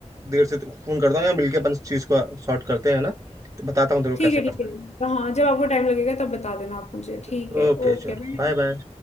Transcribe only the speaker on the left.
ठीक
है
ठीक है हाँ जब आपको टाइम लगेगा तब बता देना आप मुझे ठीक
है
ओके
बाय